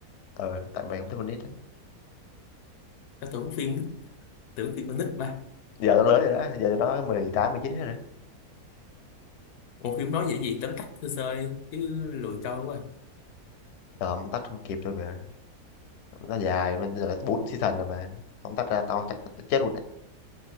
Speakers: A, on the left; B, on the left.
A: ờ tại mày không thích con nít á
B: tao tưởng phim tưởng phim con nít ba
A: giờ nó lớn rồi đó giờ nó mười tám mười chín hết rồi
B: một phim nói vậy gì tóm tắt sơ sơ đi chứ lười coi quá
A: giờ không tách không kịp rồi mà nó dài mà giờ bốn season rồi mà không tách ra tao chắc tao chết luôn đấy